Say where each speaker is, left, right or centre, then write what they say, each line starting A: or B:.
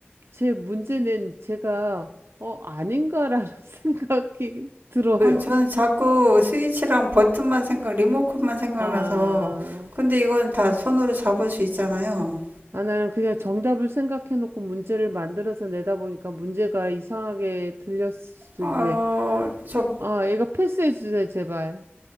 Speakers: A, on the right; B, on the right.
A: 제 문제는 제가 어, 아닌가라는 <laughs> 생각이 들어요.
B: 아니 저는 자꾸 스위치랑 버튼만 생각 리모컨만 생각나서
A: 아,
B: 근데 이건 다 손으로 잡을 수 있잖아요
A: 아, 나는 그냥 정답을 생각해놓고 문제를 만들어서 내다 보니까 문제가 이상하게 들렸을 수도
B: 아저
A: 있네. 아, 이거 패스해주세요, 제발.